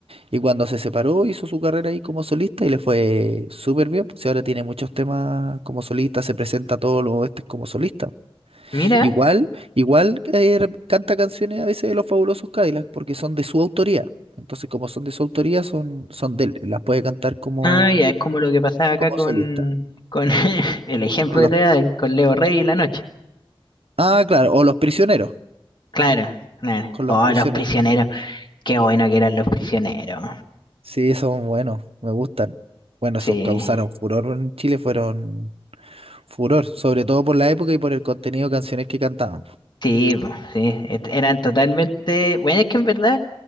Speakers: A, on the right; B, on the left.
A: y cuando se separó hizo su carrera ahí como solista y le fue súper bien, pues y ahora tiene muchos temas como solista, se presenta a todos los este como solista.
B: Mira.
A: Igual, igual eh, canta canciones a veces de los Fabulosos Cadillacs porque son de su autoría. Entonces, como son de su autoría, son, son de él. Las puede cantar como,
B: Ah, ya, es como lo que pasaba acá
A: como
B: con,
A: solista.
B: con <laughs> el ejemplo
A: Con
B: que
A: los,
B: te voy a dar, con Leo Rey y La Noche.
A: ah, claro, o Los Prisioneros.
B: Claro, claro.
A: Con
B: Oh,
A: Los Prisioneros.
B: los prisioneros. Qué bueno que eran los prisioneros.
A: Sí, son buenos, me gustan. Bueno,
B: Sí,
A: esos causaron furor en Chile, fueron furor, sobre todo por la época y por el contenido de canciones que cantaban.
B: sí, po, sí. et- Eran totalmente. Bueno, es que en verdad